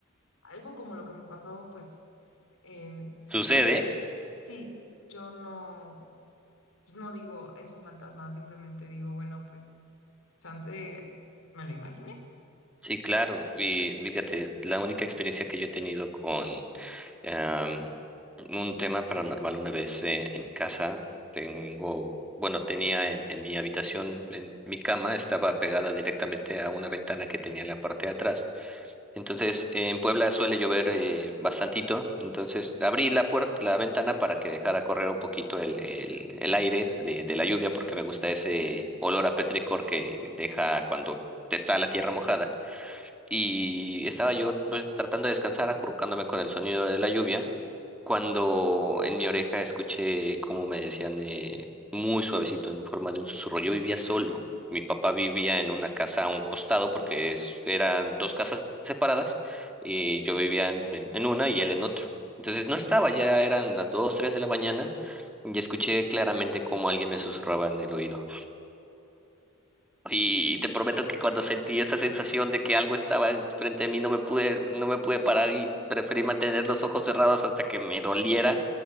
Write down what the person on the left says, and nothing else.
algo como lo que me pasó, pues eh, sucede,
sí, yo no, pues, no digo es un fantasma, simplemente digo, bueno, pues chance me lo imaginé.